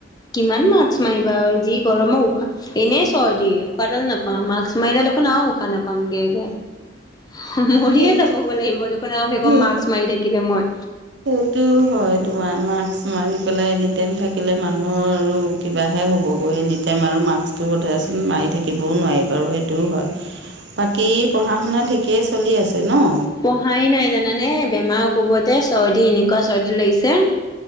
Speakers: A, on the left; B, on the right.
A: কিমান মাক্স মাৰিবা আৰু যি গৰমৰ উশাহ এনেই চৰ্দি উশাহডাল নাপাম মাক্স মাৰিডাল দেখোন আৰু উশাহ নাপামগেগে। মৰিয়ে
B: সেইটো
A: যাব লাগিব দেখোন আৰু সেইখন
B: সেই
A: মাৰ্ক মাৰি থাকিলে মই।
B: সেইটো হয় তোমাৰ মাস্ক মাৰি পেলাই এনি টাইম থাকিলে মানুহৰ আৰু। কিবাহে হ'বগৈ এনিটাইম আৰু মাস্কটো বোধই আছিল আৰু মাৰি থাকিবও নোৱাৰি বাৰু সেইটোও হয়। বাকী পঢ়াশুনা ঠিকেই চলি আছে ন'?
A: পঢ়াই নাই জানানে বেমাৰ কবতে চৰ্দি এনেকুৱা চৰ্দি লাগিছে।